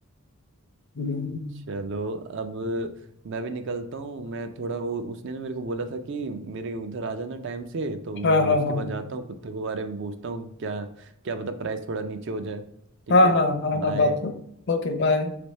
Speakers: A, on the left; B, on the right.
A: हम्म,
B: चलो अब मैं भी निकलता हूँ मैं थोड़ा वो उसने ना मेरे को बोला था कि मेरे उधर आ जाना टाइम से तो
A: हाँ
B: मैं उसके
A: हाँ हाँ
B: बाद जाता हूँ कुत्ते के बारे में पूछता हूँ क्या क्या पता प्राइस थोड़ा नीचे हो जाए ठीक
A: हाँ
B: है
A: हाँ हाँ
B: बाय
A: हाँ बात Okay
B: <laughs>
A: bye